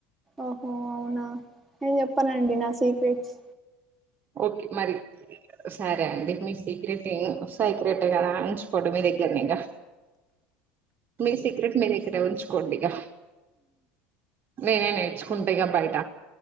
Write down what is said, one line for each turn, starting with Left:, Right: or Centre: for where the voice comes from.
Centre: ఓహో అవునా నేను చెప్పనండి నా సీక్రెట్స్
Right: ఓకే మరి సరే అండి మీ సీక్రెట్ సీక్రెట్ కదా ఉంచుకోండి మీ దగ్గర దగ్గర్నైగా మీ సీక్రెట్ మీ దగ్గర ఉంచుకోండి ఇగా నేనే నేర్చుకుంట ఇగ బయట